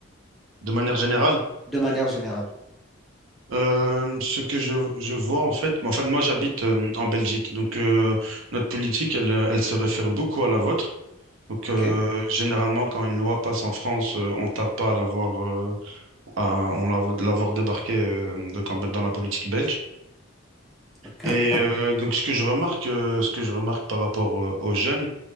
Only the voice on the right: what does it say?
De manière générale,
euh, ce que je, je vois en fait, enfin moi j'habite euh, en Belgique, donc euh, notre politique elle, euh, elle se réfère beaucoup à la vôtre. Donc
euh, généralement quand une loi passe en France, euh, on tarde pas à l'avoir euh, à- on l'a- l'avoir débarqué euh, donc, en- dans la politique belge.
Et euh, donc ce que je remarque, euh, ce que je remarque par rapport euh, aux jeunes,